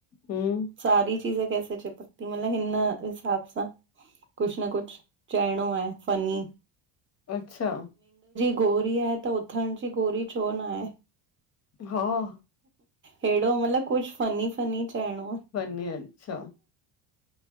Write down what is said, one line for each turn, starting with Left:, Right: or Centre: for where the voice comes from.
Left: हूं।
Right: सारी चीज़े कैसे चिपकती हैं? मतलब हिन हिसाब सां। कुछ न कुछ चइणो आहे फनीं।
Left: अच्छा।
Right: गोरी आहे त उथण जी गोरी छो न आहे।
Left: हा
Right: हेड़ो मतलब कुछ फनी-फनी चइणो आहे।
Left: <unintelligible> अच्छा।